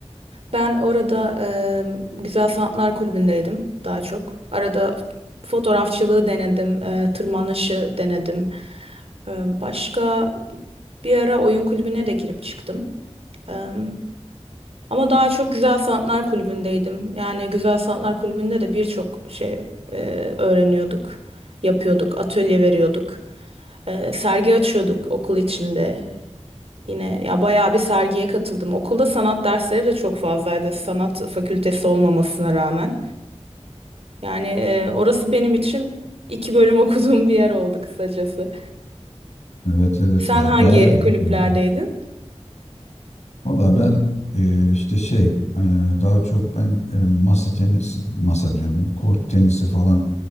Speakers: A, on the right (about 65°); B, on the left (about 80°).
A: Ben orada eee, Güzel Sanatlar Kulübü'ndeydim daha çok. Arada fotoğrafçılığı denedim, eee, tırmanışı denedim. Eee, başka bir ara oyun kulübüne de girip çıktım. Eee, ama daha çok Güzel Sanatlar Kulübü'ndeydim. Yani Güzel Sanatlar Kulübü'nde de birçok şey eee, öğreniyorduk, yapıyorduk, atölye veriyorduk. Eee, sergi açıyorduk okul içinde. Yine ya bayağı bir sergiye katıldım. Okulda sanat dersleri de çok fazlaydı. Sanat fakültesi olmamasına rağmen. Yani e, orası benim için iki bölüm <laughs> okuduğum bir yer oldu kısacası.
B: Evet evet
A: Sen
B: ya
A: hangi
B: değer ya
A: kulüplerdeydin?
B: bence. Valla ben e, işte şey e, daha çok ben e, masa tenisi masa diyorum kort tenisi falan